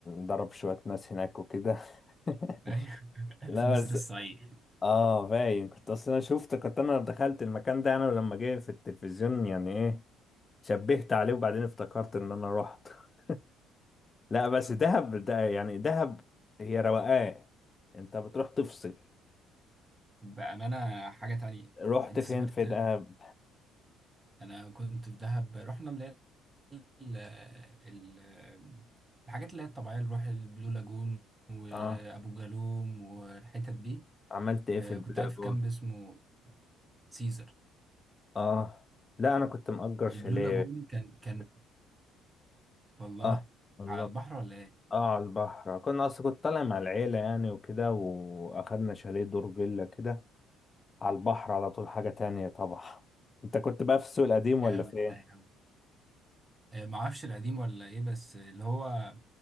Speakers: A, on the left; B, on the right.
A: ضرب شوية ناس هناك وكده <laughs>
B: <laughs> ايوه
A: لا
B: في نسر
A: بس
B: الصعيد
A: اه باين كنت اصلا انا شفت كنت انا دخلت المكان ده انا لما جه في التلفزيون يعني ايه شبهت عليه وبعدين افتكرت ان انا رحت <laughs> لا بس دهب ده يعني دهب هي روقان انت بتروح تفصل
B: بأمانة حاجة تانية
A: رحت
B: انت
A: فين
B: سافرت
A: في دهب
B: انا كنت في دهب رحنا اللي هي ال- ال- الحاجات اللي هي الطبيعية اللي نروح البلو لاجون وابو
A: اه
B: جالوم والحتت دي
A: عملت ايه
B: آه،
A: في البلاي
B: كنت قاعد في
A: جون
B: كامب اسمه سيزر
A: اه لا انا كنت مأجر
B: البلو
A: شاليه
B: لاجون كان كان والله
A: اه والله
B: على البحر
A: كنت-
B: ولا ايه
A: اه على البحر كنا اصلا كنت طالع مع العيلة يعني وكده واخدنا شاليه دور فيلا كده على البحر على طول حاجة تانية طبعا انت كنت بقى في السوق القديم
B: جامد
A: ولا في ايه
B: ده يا عم آه، معرفش القديم ولا ايه بس اللي هو